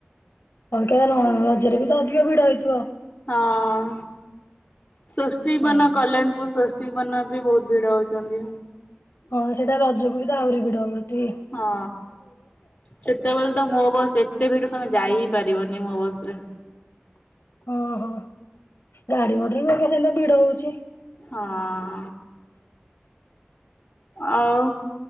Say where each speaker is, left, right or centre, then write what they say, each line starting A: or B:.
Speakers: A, on the left; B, on the left.
A: ଅଲଗା ନ ରଜରେ ବି ତ ଅଧିକ ଭିଡ଼ ହେଇଥିବ।
B: ହଁ ସୋସ୍ତି
A: ହଁ
B: ବନ କଲ୍ୟାଣପୁର
A: ହଁ।
B: ସୋସ୍ ବନା ବି ବୋହୁତ ଭିଡ ହୋଉଚନ୍ତି।
A: ହଁ ସେଟା ରଜକୁ ବି ତ ଆହୁରି ଭିଡ ହବ ତି
B: ହଁ। ସେତେବେଳେ ତ ମୋ ବସ ଏତେ ଭିଡ ତମେ ଯାଇ ହି ପାରିବନି ମୋ ବସରେ।
A: ଓହୋ ଗାଡି ମଟର ବି ହରିକା ସେମତିଆ ଭିଡ ହୋଉଚି।
B: ହଁ। ଆଉ